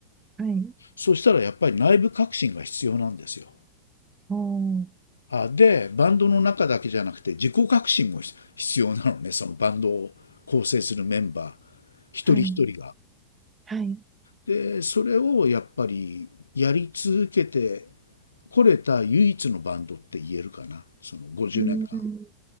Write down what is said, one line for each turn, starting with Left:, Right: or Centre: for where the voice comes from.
Right: はい。
Left: そしたらやっぱり内部革新が必要なんですよ。
Right: おー、
Left: あ、で、バンドの中だけじゃなくて自己革新も必必要なのね、そのバンドを構成するメンバー、一人一人が。
Right: はい。はい。
Left: で、それをやっぱりやり続けてこれた唯一のバンドって言えるかな、その50年間。
Right: うん。